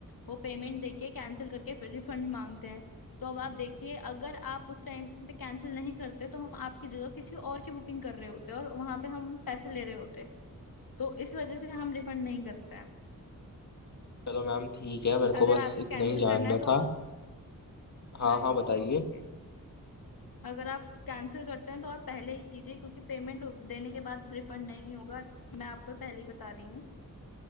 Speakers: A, on the left; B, on the left.
A: वो पेमेंट देके कैंसिल करके फिर रिफंड मांगते हैं तो अब आप देखिए अगर आप उस टाइम पे कैंसिल नहीं करते तो हम आपकी जगह किसी और की बुकिंग कर रहे होते और वहां पे हम पैसे ले रहे होते तो इस वजह से हम रिफंड नहीं करते हैं
B: चलो मैम ठीक है मेरे
A: अगर
B: को बस
A: आपको
B: इतना
A: कैंसिल
B: ही जानना
A: करना है तो
B: था हाँ
A: हाँ
B: हाँ
A: जी
B: बताइए
A: ओके अगर आप कैंसिल करते हैं तो आप पहले ही कीजिए क्योंकि पेमेंट देने के बाद रिफंड नहीं होगा मैं आपको पहले ही बता रही हूँ